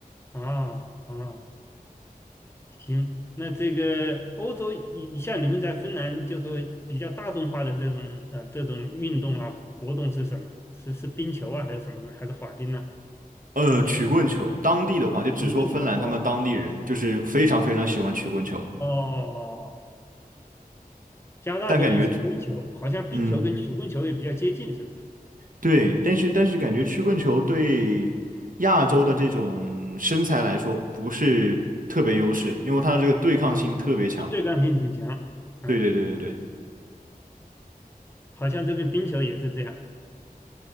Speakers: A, on the left; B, on the right.
A: 啊啊！行，那这个欧洲，你像你们在芬兰，就说比较大众化的这种呃这种运动啊活动是什么？是是冰球啊，还是什么东西？还是滑冰呢、
B: 呃，曲棍球，当地的话就只说芬兰他们当地人就是非常非常喜欢曲棍球，
A: 曲棍球？哦哦哦哦哦，加拿大这边是冰球，
B: 但感觉，
A: 好像冰球跟曲棍球也比较接近，
B: 嗯，
A: 是不是？
B: 对，但是但是感觉曲棍球对亚洲的这种身材来说不是特别优势，因为它的这个对抗性特别强。
A: 啊，对对抗性挺强，嗯，
B: 对对对对对。
A: 好像这边冰球也是这样。